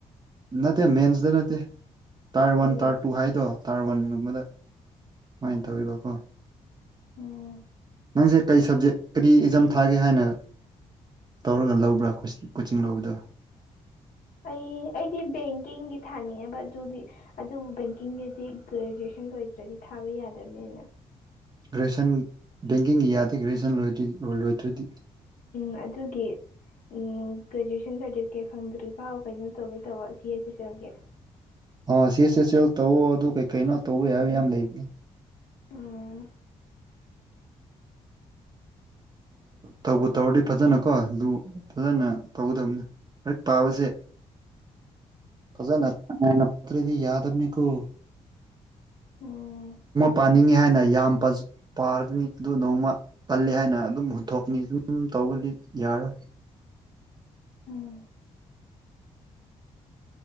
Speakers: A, on the right; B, on the left.
A: ꯅꯠꯇꯦ ꯃꯦꯟꯁꯇ ꯅꯠꯇꯦ ꯇꯥꯔ
B: ꯄ꯭ꯔꯤꯂꯤꯝ
A: ꯋꯥꯟ ꯇꯥꯔ ꯇꯨ ꯍꯥꯏꯗꯣ ꯇꯥꯔꯕꯟꯒꯨꯝꯕꯗ ꯁꯨꯃꯥꯏꯅ
B: ꯎꯝ
A: ꯇꯧꯋꯕꯀꯣ
B: ꯎꯝ
A: ꯁ ꯀꯔꯤ ꯁꯕꯖꯦꯛ ꯀꯔꯤ ꯏꯖꯝ ꯊꯥꯒꯦ ꯍꯥꯏꯅ ꯇꯧꯔꯒ ꯂꯧꯕ꯭ꯔꯥ ꯀꯣꯆꯤꯡ ꯂꯧꯕꯗ
B: ꯑꯩ ꯑꯩꯗꯤ ꯕꯦꯡꯀꯤꯡꯗꯤ ꯊꯥꯅꯤꯡꯉꯦꯕ ꯑꯗꯨꯗꯤ ꯑꯗꯨꯕꯨ ꯕꯦꯡꯀꯤꯡꯒꯤꯗꯤ ꯒ꯭ꯔꯦꯖꯨꯑꯦꯁꯟ ꯂꯣꯏꯗ꯭ꯔꯦ ꯗꯤ ꯊꯥꯕ ꯌꯥꯗꯕꯅꯦꯅ
A: ꯒ꯭ꯔꯦꯖꯨꯦꯁꯟ ꯕꯦꯡꯀꯤꯡ ꯌꯥꯗꯦ ꯒ꯭ꯔꯦꯖꯨꯁꯟ ꯂ ꯂꯣꯏꯗ꯭ꯔꯗꯤ
B: ꯎꯝ ꯑꯗꯨꯒꯤ ꯎꯝ ꯒ꯭ꯔꯦꯖꯨꯑꯦꯁꯟ ꯁꯥꯔꯇꯤꯐꯤꯀꯦꯠ ꯐꯪꯗ꯭ꯔꯤ ꯐꯥꯎ ꯀꯩꯅꯣ ꯇꯧꯒꯦ ꯇꯧꯕ ꯁꯤ ꯑꯦꯁ ꯁꯤ ꯆꯒꯦ
A: ꯑ ꯁꯤꯁꯦꯁꯦꯜ ꯇꯧꯋꯣ ꯑꯗꯨ ꯀꯩ ꯀꯩꯅꯣ ꯇꯧꯋ ꯍꯥꯏꯕ ꯌꯥꯝ ꯂꯩꯕꯒꯦ
B: ꯎꯝ
A: ꯇꯧꯕ ꯇꯧꯔꯗꯤ ꯐꯖꯅꯀꯣ ꯑꯗꯨ ꯐꯖꯅ ꯇꯧꯒꯗꯕꯅꯤ ꯍꯦꯛ ꯄꯥꯕꯁꯦ ꯐꯖꯅ ꯄꯠꯇ꯭ꯔꯗꯤ ꯌꯥꯗ ꯑꯅꯤ ꯀꯣ
B: ꯑꯣ
A: ꯅꯣꯡꯃ ꯄꯥꯅꯤꯡꯉꯤ ꯍꯥꯏꯅ ꯌꯥꯝ ꯄꯥꯔꯅꯤ ꯑꯗꯨ ꯅꯣꯡꯃ ꯇꯜꯜꯂꯤ ꯍꯥꯏꯅ ꯑꯗꯨꯝ ꯍꯨꯟꯊꯣꯛꯅꯤ ꯁꯨꯝ ꯇꯧꯕꯗꯤ ꯌꯥꯔꯣꯏ
B: ꯎꯝ